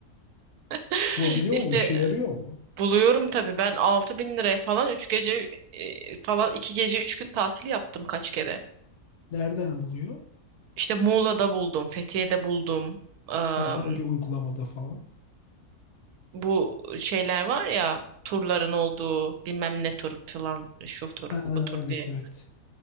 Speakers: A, on the right (about 85°); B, on the left (about 65°).
A: <laughs>
B: Bulabiliyor
A: İşte
B: mu? İşe yarıyor mu?
A: Buluyorum tabii ben altı bin liraya falan 3 gece e, falan 2 gece 3 gün tatil yaptım kaç kere.
B: Nereden buluyor?
A: İşte Muğla'da buldum, Fethiye'de buldum. Am,
B: Hayır, hangi uygulamada falan?
A: bu şeyler var ya turların olduğu bilmem ne tur falan şu tur
B: Ha,
A: bu tur
B: evet
A: diye.
B: evet.